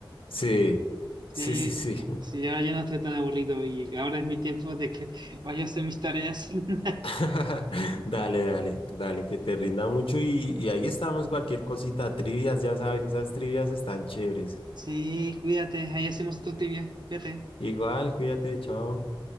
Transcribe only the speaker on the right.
Sí,
sí, ahora ya no estoy tan aburrido y ahora es mi tiempo de que <laughs> vaya a hacer mis tareas. <laughs>
Sí, cuídate, ahí hacemos otro tibia. Cuídate.